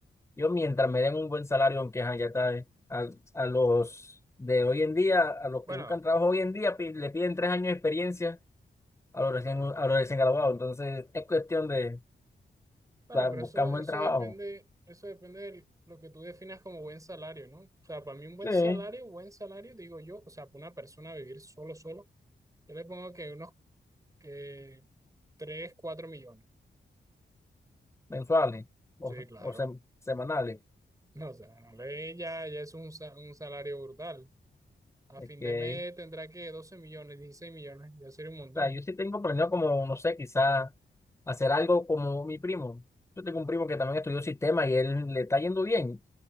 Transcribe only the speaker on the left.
Yo mientras me den un buen salario, aunque ajá, ya está, eh, a, a los de hoy en día, a los
que buscan trabajo hoy en día, pi- le piden tres años de experiencia a los recién,
a los recién graduados. Entonces, es cuestión de
pa-
buscar
un
buen trabajo.
Sí,
mensuales o,
o sem- semanales.
ok.
O sea, yo sí tengo planeado como, no sé, quizás hacer algo como mi primo. Yo tengo un primo que también estudió sistema y él le está yendo bien.